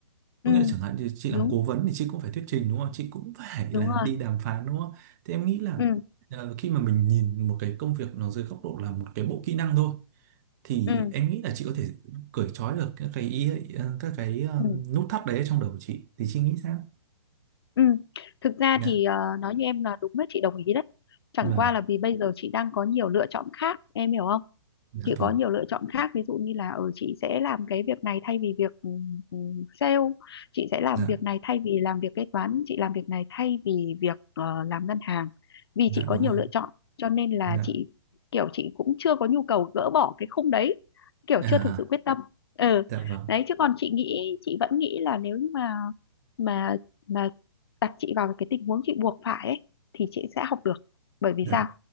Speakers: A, on the right; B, on the left.
A: có
B: ừ
A: nghĩa là chẳng hạn như chị
B: đúng
A: làm cố vấn thì chị cũng phải thuyết trình đúng không chị cũng phải
B: đúng
A: là
B: rồi
A: đi đàm phán đúng không thế em nghĩ là
B: ừ
A: ờ, khi mà mình nhìn một cái công việc nó dưới góc độ là một cái bộ kỹ năng thôi thì
B: ừ
A: em nghĩ là chị có thể cởi trói được các cái ý ấy, ờ, các cái ờ,
B: ừ
A: nút thắt đấy trong đầu của chị thì chị nghĩ sao
B: Ừ. Thực ra
A: dạ
B: thì ờ, nói như em là đúng đấy chị đồng ý đấy chẳng
A: vâng
B: qua là vì bây giờ chị đang có nhiều lựa chọn khác em hiểu không
A: dạ
B: chị
A: vâng
B: có nhiều lựa chọn khác ví dụ như là ở chị sẽ làm cái việc này thay vì việc ừ, ừ, sale chị sẽ làm
A: dạ
B: việc này thay vì làm việc kế toán chị làm việc này thay vì việc ờ, làm ngân hàng vì
A: dạ
B: chị có
A: đúng
B: nhiều
A: rồi
B: lựa chọn cho nên là
A: dạ
B: chị kiểu chị cũng chưa có nhu cầu gỡ bỏ cái khung đấy kiểu
A: à
B: chưa
A: à,
B: thực
A: à.
B: sự quyết tâm ừ
A: dạ vâng
B: đấy chứ còn chị nghĩ chị vẫn nghĩ là nếu như mà mà mà đặt chị vào cái tình huống chị buộc phải ấy, thì chị sẽ học được bởi vì
A: dạ
B: sao